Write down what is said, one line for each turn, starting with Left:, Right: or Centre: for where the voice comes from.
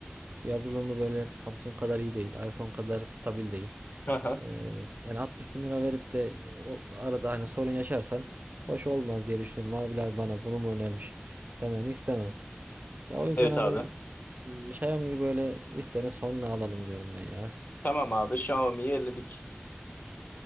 Right: e, yazılımı böyle Samsung kadar iyi değil. iPhone kadar stabil değil.
Left: Ha, ha.
Right: E, yani 60 bin lira verip de o arada hani sorun yaşarsan hoş olmaz diye düşünüyorum. Abi abi bana bunu mu önermiş demeni istemem. Ya o yüzden
Left: Evet
Right: hani
Left: abi.
Right: m, Xiaomi'yi böyle listenin sonuna alalım diyorum ben ya.
Left: Tamam abi Xiaomi'yi elledik.